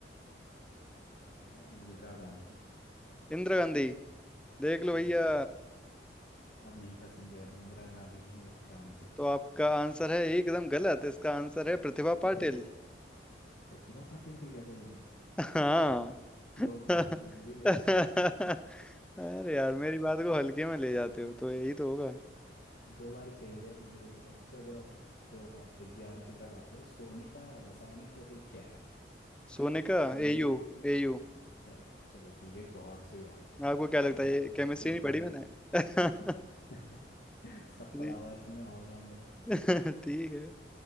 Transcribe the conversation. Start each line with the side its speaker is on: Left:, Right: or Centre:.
Left: इसका जवाब है इंदिरा गांधी
Centre: इंदिरा गांधी देख लो भैया
Left: जी अब नहीं फंसेंगे हम इंदिरा गांधी ही है इसका आंसर
Centre: तो आपका आंसर है एकदम गलत इसका आंसर है प्रतिभा
Left: अरे
Centre: पाटिल
Left: प्रतिभा पाटिल थी क्या सही में <laughs>
Centre: हाँ <laughs>
Left: ओ भाई ये भी गलत
Centre: अरे यार मेरी बात को हल्के में ले जाते हो तो यही तो होगा
Left: दो बार खेल दिया तुमने मेरे साथ चलो अब थोड़ा विज्ञान की तरफ आते हैं सोने का रासायनिक प्रतीक क्या है
Centre: <laughs> सोने का एयू
Left: एयू
Centre: एयू
Left: अच्छा है। चलो ठीक है बहुत सही आंसर
Centre: आपको क्या लगता
Left: अब
Centre: है
Left: आप
Centre: ये
Left: मेरे
Centre: केमिस्ट्री
Left: से पूछ
Centre: नहीं पढ़ी
Left: लो फिर
Centre: मैंने <laughs>
Left: <laughs> सब
Centre: जी
Left: पढ़ा हुआ है तुमने ऑलराउंडर
Centre: <laughs> ठीक है